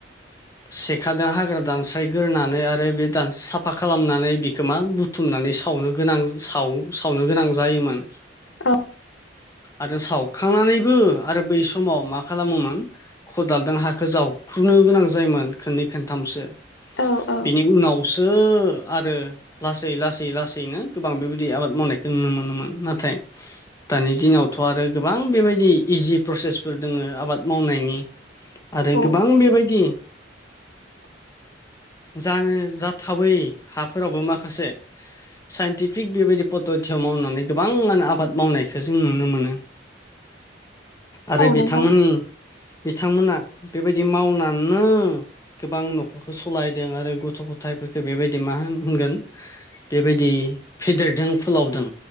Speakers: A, on the left (about 20°); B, on the left (about 80°).
A: सेखादों हाग्रा दानस्रायग्रोनानै आरो बे दान साफा खालामनानै बेखौ मा बु बुथुमनानै सावनो गोनां साव सावनो गोनां जायोमोन।
B: ओ
A: आरो सावखांनानैबो आरो बै समाव मा खालामोमोन खदालजों हाखौ जावख्रुनो गोनां जायोमोन खोननै खोनथामसो।
B: औ औ
A: बिनि उनावसो आरो लासै लासै लासैनो गोबां बेबायदि आबाद मावनायखौ नुनो मोनोमोन नाथाय दानि दिनावथ' आरो गोबां बेबायदि इजि प्रसेस फोर दोङो आबाद मावनायनि आरो
B: औ
A: गोबां बेबायदि
B: <inaudible>
A: जानो जाथावै हाफोरावबो माखासे साइनटिफिक बेबायदि पद्दतियाव मावनानै गोबांआनो आबाद मावनायखौ जों नुनो मोनो। आरो
B: औ
A: बिथांमोननि
B: नोंथां
A: बिथांमोना बेबायदि मावनाननो गोबां न'खरखौ सालायदों आरो गथ' गथायफोरखौ बेबायदि मा होन होनगोन बेबायदि फेदेरदों फोलावदों।